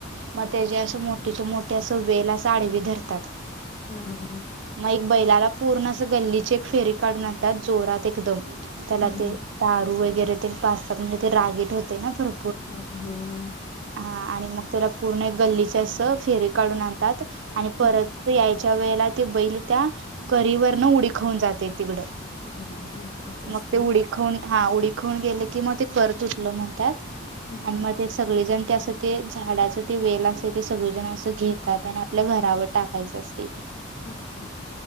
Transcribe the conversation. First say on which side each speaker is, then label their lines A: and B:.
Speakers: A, on the right; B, on the left.
A: मग त्या ज असं मोठच्या मोठ्या अस वेला साडी बी धरतात.
B: हम हां हां.
A: मग एक बैलाला पूर्ण अस गल्लीची एक फेरी काढून आणतात जोरात एकदम त्याला
B: हं, हं.
A: ते. दारू वगैरे ते पाचतात म्हणजे ते रागीट होते ना बर.
B: हा होय ह.
A: हा आणि मग त्याला पूर्ण गल्लीच्या अस फेरी काढून आणतात. आणि परत
B: हं.
A: यायच्या वेळेला ते बैल त्या कीवरन उडीखवून जाते तिकडं.
B: हां, हां, हां. असं असते
A: मग ते
B: होय?
A: उडी खून हा उडी खून गेले की मग ते कर तुटलं म्हणतात.
B: हं.
A: आणि मग. ते सगळेजण ते असं ते झाडाचं ते वेल असे ते सगळेजण असं घेतात आणि आपल्या घरावर टाकतात. काहीच असतेथ ते
B: हा ह.